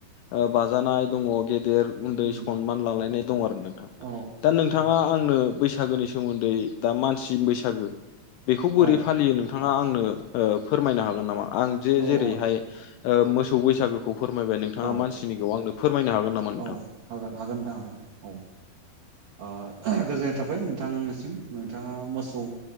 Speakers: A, on the left (about 85°); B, on the right (about 60°).
A: ओ बाजानाय दङ गेदेर उन्दै
B: उम
A: सनमान लालायनाय दङ आरो नोंथां
B: औ
A: दा नों नोंथाङा आंनो बैसागोनि सोमोन्दै दा मानसि बैसागो बेखौ बोरै
B: औ
A: फालियो नोंथाङा आंनो ओ फोरमायनो हागोन नामा आं जे
B: औ
A: जेरैहाय ओ मोसौ बैसागु खौ फोरमायबाय नोंथाङा
B: औ
A: मानसिनिखौ आंनो फोरमायनो हागोन नामा? नोंथां
B: औ हागोन हागोन नोंथां हागोन औ। ओ गोजोननाय थाबाय नोंथांनिसिम नोंथाङा मोसौ